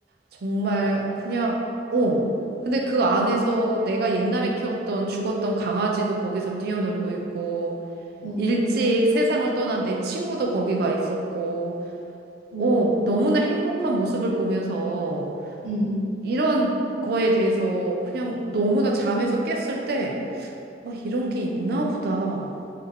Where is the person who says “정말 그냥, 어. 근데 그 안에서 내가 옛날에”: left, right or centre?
Right